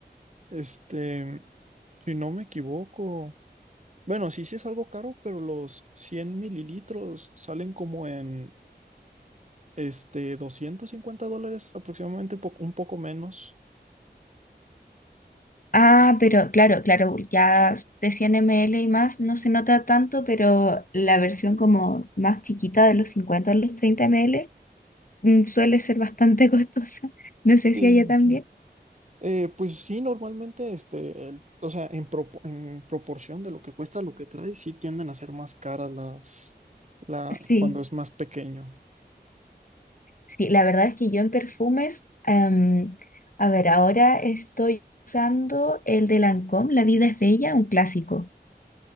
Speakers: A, on the right; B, on the left.
A: Este, si no me equivoco. Bueno, sí, sí es algo caro, pero los 100 mililitros salen como en este, 250 dólares aproximadamente, po- un poco menos.
B: Ah, pero claro, claro, ya de 100 ml y más no se nota tanto, pero la versión como más chiquita de los 50 o los 30 ml mm, suele ser bastante <laughs> costosa. No sé
A: Sí,
B: si allá
A: me imagino.
B: también.
A: Eh, pues sí, normalmente, este, el- o sea, en, propo- en proporción de lo que cuesta lo que trae, sí tienden a ser más caras las, la,
B: Sí.
A: cuando es más pequeño.
B: Sí, la verdad es que yo en perfumes, em, a ver, ahora estoy usando el de Lancôme, La vida es bella, un clásico